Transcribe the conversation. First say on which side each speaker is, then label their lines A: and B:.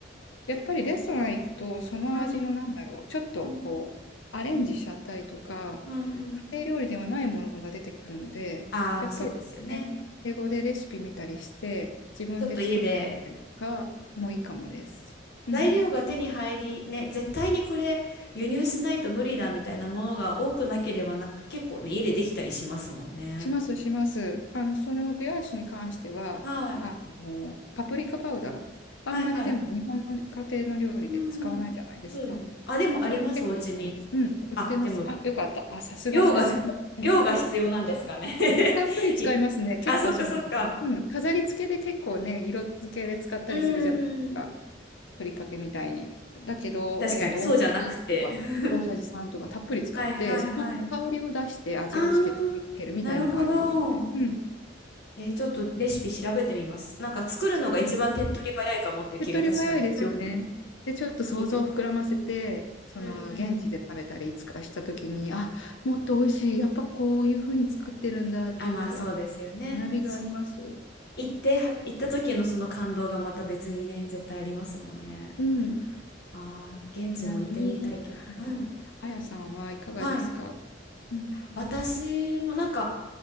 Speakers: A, on the left; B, on the left.
A: やっぱりレストラン行くと、その味のなんだろう、
B: うん
A: ちょっとこう、
B: うん
A: アレンジしちゃったりとか、
B: うんうん
A: 家庭料理ではないものが出てくるので、
B: ああそうですよね
A: やっぱりね、英語でレシピ見たりして、自分で作ってみたりとかもいいかもです。
B: ちょっと家で
A: うん。
B: 材料が手に入りね絶対にこれ輸入しないと無理だみたいなものが多くなければな結構ね家でできたりしますもんね
A: します、します。あの、そのグヤーシュに関しては、
B: はい
A: あの、パプリカパウダー、あんまりでも日本の家庭の料理で使わないじゃないですか。
B: はいはいうんそうですねあでもありますお家に
A: それを結構使います。うん、売ってます。
B: あでも
A: あ、よかった。あ、さすがさすが。
B: 量が、量が必要なんですかね <laughs>
A: たっぷり使いますね。
B: い
A: 結構その、
B: あ、そっかそっか。
A: うん、飾り付けで結構ね、色付けで使ったりするじゃないですか。
B: うーん。
A: ふりかけみたいに。だけど、
B: 確かに、
A: えっと、
B: そうじゃなくて。
A: 大さじいちとか、
B: <laughs>
A: 大さじ3とかたっぷり使って、
B: はいはいはい。
A: その香りを出して味をつけて入れてるみたいな感じなので。
B: あー、なるほど。
A: うん。
B: えーちょっとレシピ調べてみます。なんか作るのが一番手っ取り早いかもっていう気が確かに。
A: ぜひ手っ取り早いですよね。
B: うんうん
A: で、ちょっと想像を膨らませて、
B: 聞いてたら。
A: その現地で食べたりいつかした時に、
B: うんうん。
A: あ、もっと美味しい、やっぱこういうふうに作ってるんだっていう、
B: あ、まあそうですよね。
A: あ、学びがあります。
B: そ、行っては、行った時のその感動がまた別にね、絶対ありますもんね。
A: うん。
B: ああ、現地も行ってみたいけど。
A: ちなみに、はい。
B: うん。
A: あやさんはいかがですか
B: はい。
A: うん。
B: 私もなんか